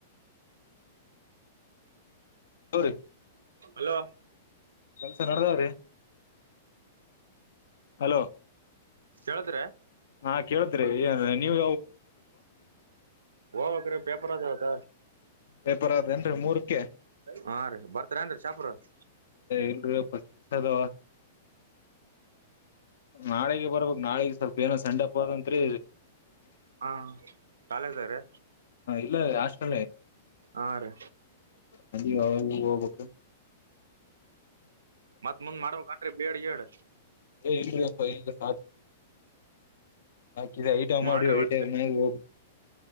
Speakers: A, on the left; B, on the right.
A: ಹರಿ
B: ಹಲೋ
A: ಕೆಲ್ಸ ನಡದಾವ್ರಿ ಹಲೋ
B: ಕೇಲ್ತಿರೆ
A: ಹಾ ಕೇಳ್ತಿರಿ ಏ ನೀವು
B: ಹಕ ರೀ ಪೇಪರ್ ಅದವತ
A: ಪೇಪರ್ ಅದೇನ್ರಿ ಮೂರಕ್ಕೆ
B: ಹಾ ರೀ ಬರ್ತಾರ ಏನ್ೀ ಚಾಪರ್ <inaudible> <inaudible>
A: ಇಲ್ರಿಪ್ಪ ಕೆಲ್ಸ ಅದಾವ ನಾಳೆಗೆ ಬರ್ಬೇಕು ನಾಳೆಗೆ ಸ್ವಲ್ಪ ಏನೋ ಸಂಡೆಪ್ಪ ತ್ರಿ
B: ಹಾ ಕಾಲೇಜ್ ರೆ
A: ಇಲ್ಲ ಆಷ್ಟಲಿ
B: ಆ ರಿ
A: ಅದಬಕ್ಕೆ <unintelligible>
B: ಮತ್ತ್ ಮುಂದ್ ಮಾಡ್ಬೇಕೇನ್ರಿ ಬಿಏಡ್ ಗಿಯೇಡ್
A: ಇ ಇಲ್ರಿ ವಿಗೆ ಸಾ ಹಾಕಿದ ಐಟಾ ಮಾಡಿ
B: ಮಾಡ್ರಿ ಒಳ್ಳೆ
A: ಐಟ ಮ ಹೋಗ